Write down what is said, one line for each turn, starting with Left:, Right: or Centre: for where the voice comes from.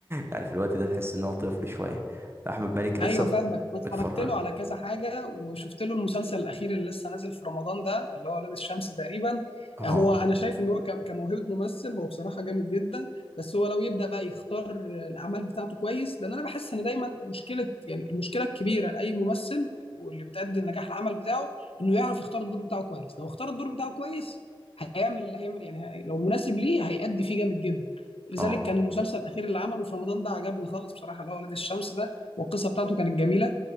Right: يعني في الوقت ده تحس ان هو طفل شوية احمد مالك لسه
Left: ايوه فاهمك انا اتفرجت
Right: بتفرج
Left: له على كذا حاجه وشفت له المسلسل الاخير اللي لسه نازل في رمضان ده اللي هو ولاد الشمس تقريبا
Right: اه
Left: هو انا شايف ان هو ك- كموهبه ممثل هو بصراحه جامد جدا بس هو لو يبدا بقى يختار الاعمال بتاعته كويس لان انا بحس ان دايما مشكله يعني المشكله الكبيره لاي ممثل واللي بتأدي النجاح العمل بتاعه انه يعرف يختار الدور بتاعه كويس لو اختار الدور بتاعه كويس هيعمل هيعمل يعني هي- لو مناسب ليه هيأدي فيه جامد جدا لذلك
Right: اه
Left: كان المسلسل الاخير اللي عمله في رمضان ده عجبني خالص بصراحه اللي هو ولاد الشمس ده والقصه بتاعته كانت جميله